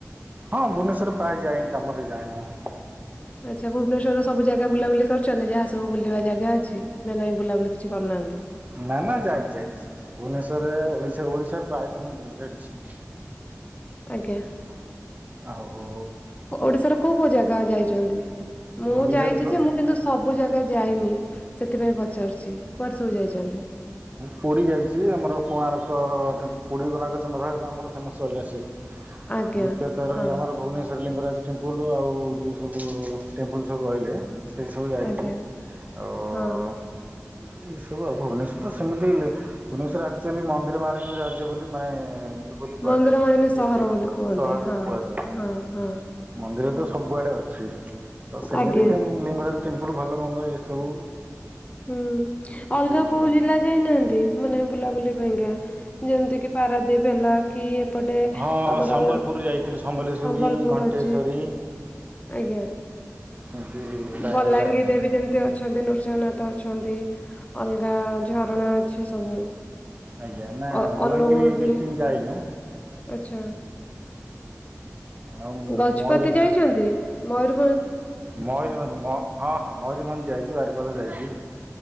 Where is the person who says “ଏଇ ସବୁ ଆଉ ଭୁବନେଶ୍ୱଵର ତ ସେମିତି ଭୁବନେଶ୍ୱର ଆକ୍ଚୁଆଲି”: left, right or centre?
Right